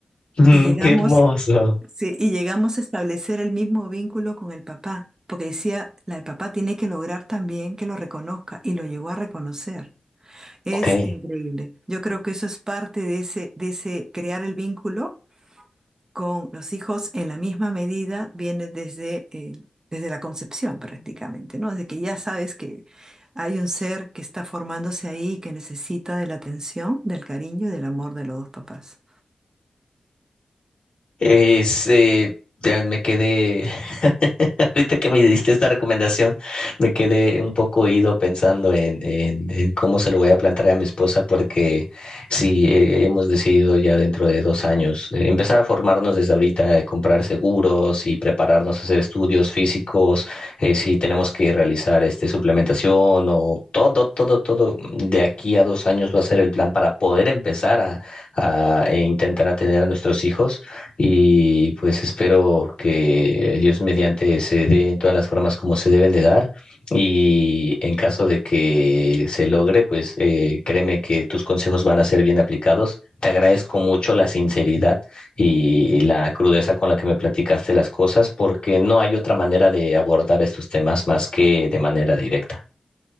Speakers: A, on the left; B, on the right.
A: Mm,
B: Y llegamos,
A: qué hermoso.
B: sí, y llegamos a establecer el mismo vínculo con el papá, porque decía, la, el papá tiene que lograr también que lo reconozca y lo llegó a reconocer. Es
A: Ok.
B: increíble. Yo creo que eso es parte de ese, de ese crear el vínculo con los hijos en la misma medida, viene desde, eh, desde la concepción prácticamente, ¿no? Desde que ya sabes que hay un ser que está formándose ahí, que necesita de la atención, del cariño y del amor de los dos papás.
A: Es, eh, ya me quedé, <laughs> ahorita que me diste esta recomendación, me quedé un poco ido pensando en, en- en cómo se lo voy a plantear a mi esposa, porque sí, eh, hemos decidido ya dentro de dos años eh, empezar a formarnos desde ahorita, eh, comprar seguros y prepararnos a hacer estudios físicos, eh, si tenemos que realizar este, suplementación o todo, todo, todo, de aquí a dos años va a ser el plan para poder empezar a, a eh, intentar atender a nuestros hijos y pues espero que Dios mediante se dé en todas las formas como se deben de dar y en caso de que se logre, pues eh, créeme que tus consejos van a ser bien aplicados. Te agradezco mucho la sinceridad y la crudeza con la que me platicaste las cosas porque no hay otra manera de abordar estos temas más que de manera directa.